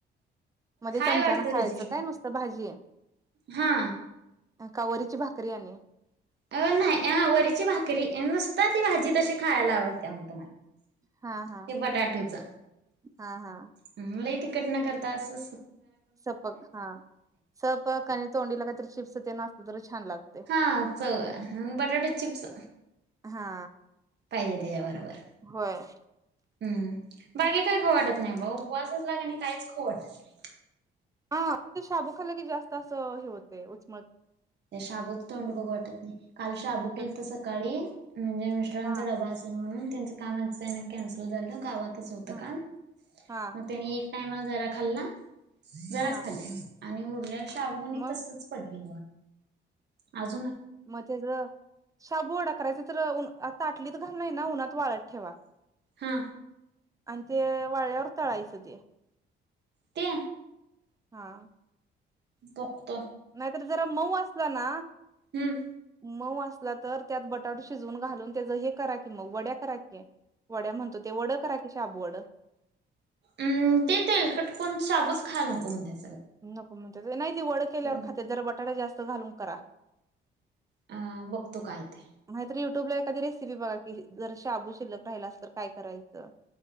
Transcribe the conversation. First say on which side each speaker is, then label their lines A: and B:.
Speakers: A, on the right; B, on the right.
A: मग ते
B: हाय
A: चमच्यानं
B: वाटत
A: खायचं
B: रजिस्टर.
A: काय नुसतं भाजी
B: हा.
A: का वरीची भाकरी आणि
B: अ नाही अ वरीची भाकरी नुसता ती भाजी तशी खायला आवडत्या. <unintelligible>
A: हा हा
B: ते बटाटूचं
A: हा हा
B: मला ये कट न करता असचं.
A: सपक हा सपक आणि तोंडीला काहीतरी चिप्स तेन असल तर छान लागतंय
B: हा चव बटाटे चिप्स
A: हा
B: पाहिजे, त्याच्यावर.
A: होय
B: हम्म बागे काही खो वाटत नाही बाऊ उपवासच लाग आणि काहीच ख वाटत नाही
A: हा ते शाबुखाला की जास्त असं हे होत उचमळ
B: शाबूच तोंड बघ वाटत नाही काल शाबू
A: उगच
B: केल तर सकाळी म्हणजे मिस्टरांचा
A: हा
B: डबा असेल म्हणून त्यांच काम त्यां कन्सल झालं गावातच होत
A: हा
B: का
A: हा
B: मग त्यानी टायमाला जरा खाल्ला जराच
A: हा
B: खाल्ली आणि उरलेला शाबगणी
A: मग
B: तसच पडली हो
A: मध्येच शाबू डा करायचा तर ताटलीत घालणार ना उन्हात वाळत ठेवा
B: हा
A: अ ते वाळ वर् तळायसते
B: ते
A: हा
B: कक
A: नाहीतर जरा मऊ असला ना
B: हम्म
A: मऊ अस असला तर त्यात बटाट शिजवून घालून त्याच हे करा की मग वड्या करा क वड्या म्हणतो ते वड करा की शाब वड
B: अम् ते ते येईल कटकण शाबूच खायल नकोम द्या
A: नको म्हणते नाही त वड केल्यावर
B: हम्म
A: खाते जरा बटाटा जास्त घालून करा
B: अ बघतो काय ते
A: मात युट्यूब ला एखादी रेसिपी बघा कि जर शाबू शिल्लक राहिला अस तर काय करायचं